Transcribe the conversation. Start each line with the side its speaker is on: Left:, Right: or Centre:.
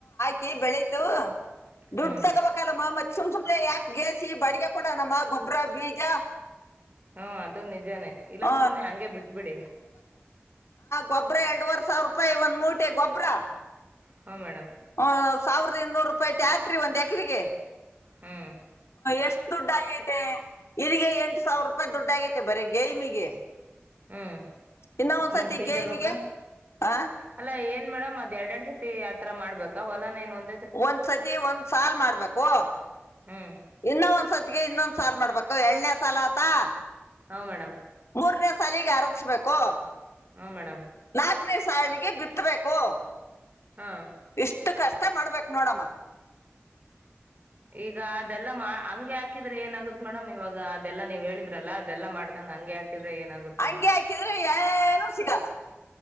Left: ಕಿ ಬೆಳಿತು ದುಡ್ಡು
Right: ಹ್ಮ್
Left: ತಗಬೇಕಲ್ಲ ಮಮ್ಮತ್ ಸುಮ್ ಸುಮ್ನೆ ಯಾಕ್ ಗೇಸಿ ಬಡಿಗೆ ಕೊಡ ನಮ್ಮ ಗೊಬ್ಬ್ರ ಬೀಜ
Right: ಹ್ಮ ಅದು ನಿಜಾನೇ ಇಲ್ಲ
Left: ಹ
Right: ಸುಮ್ನೆ ಹಂಗಗೆ ಬಿಟ್ಬಿಡಿ
Left: ಗೊಬ್ರ ಎರಡುವರೆ ಸಾವಿರ ರೂಪಾಯಿ ಒಂದ್ ಮೂಟೆ ಗೊಬ್ಬ್ರ
Right: ಹುಂ ಮೇಡಮ್
Left: ಹ್ ಸಾವಿದ ಇನ್ನೂರು ರೂಪಾಯಿ ಟ್ಯಾಕ್ಟ್ರಿ ಒಂದ ಏಕ್ ಕ್ರಗೆ
Right: ಹ್ಮ್
Left: ಎಷ್ಟ ದುಡ್ಡ ಆಗೈತೆ ಇಗೆ ಎಂಟು ಸಾವಿರ ರೂಪಾಯಿ ದುಡ್ಡ ಆಗೈತೆ ಬರೀ ಗೇಮಿಗೆ
Right: ಹ್ಮ್
Left: ಇನ್ನ ಒಂದ್ಸತಿ
Right: ಮತ್ ಬೀಜಾಗೊಬ್ರ
Left: ಗೇಮಿಗೆ ಆ
Right: ಅಲ್ಲಾ ಏನ್ ಮೇಡಮ್ ಅದ್ ಎರಡ್ ಎರಡ್ ಸತಿ ತರ ಮಾಡ್ಬೇಕಾ ಒಲನ ಏನ್ ಒಂದು
Left: ಒಂದ್ ಸತಿ ಒಂದ್ ಸಾಲ್ ಮಾಡ್ಬೇಕು
Right: ಹ್ಮ್
Left: ಇನ್ನೊ ಒಂದ್ ಸತಿಗೆ ಇನ್ನೊಂದ್ ಸಾಲ್ ಮಾಡ್ಬೇಕು ಎಳ್ಳನೆ ಸಲತಾ
Right: ಹಾ ಮೇಡಮ್
Left: ಮೂರನೇ ಸಾಲಿಗೆ ಅರಚ್ಬೇಕು
Right: ಹ ಮೇಡಮ್
Left: ನಾಕನೇ ಸಾಲಿಗೆ ಬಿತ್ತಬೇಕು
Right: ಹ
Left: ಇಷ್ಟ್ ಕಷ್ಟ ಮಾಡ್ಬೇಕು ನೋಡಮ್ಮ
Right: ಈಗ ಅದೆಲ್ಲ ಹಂಗೆ ಹಾಕಿದ್ರೆ ಏನಾಗುತ್ತ್ ಮೇಡಮ್ ಇವಾಗ ಅದೆಲ್ಲ ನೀವ್ ಹೇಳಿದ್ರಲ್ಲ ಅದೆಲ್ಲಾ ಮಾಡ್ದಂಗ ಹಂಗಗೆ ಹಾಕಿದ್ರೆ ಏನಾಗುತ್ತೆ
Left: ಹಂಗೆ ಹಾಕಿದ್ರೆ ಏನು ಸಿಗಲ್ಲ